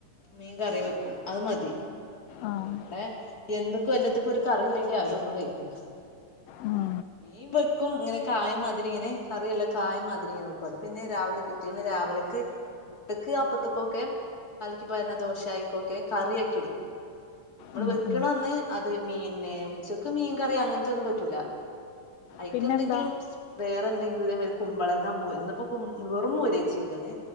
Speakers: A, on the left; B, on the left.
A: മീൻ കറി വെക്കും അത് മതി
B: ആഹ്
A: ഇവടെ എന്ത്ക്കു എല്ലത്തുക്കും ഒരു കറിയില്ലെങ്കി ആരു ഒന്നു കൈകൂലാ
B: ഉം
A: മീൻ വ ക്കും ങ്ങനെ കായമാതിരിങ്ങെനെ കറിയുള്ള കായമാതിരി ങ്ങനെ വെക്കും അത് പിന്നെ രാവിലെ പിറ്റേന്ന് രാവിലക്ക് പുട്ടക്ക് അപ്പത്ത്ക്കൊക്കെ കലക്കി പാര്ണ ദോശ അയ്ക്കൊക്കെ കറിയാക്കിട്ക്കും മ്മള്
B: ഉം
A: വെക്കന്ന്
B: ഉം
A: അത് മീന്നെ ഉച്ചക്ക് മീൻ കറി അങ്ങനത്തെ ഒന്നും പറ്റൂല അയിക്കെന്തെങ്കിലും
B: പിന്നെന്താ
A: വേറെന്തെങ്കിലും തേമാതിരി കുമ്പളങ്ങ മൂ ഇിന്നിപ്പോ വെറും മോരേച്ചിക്കാണ്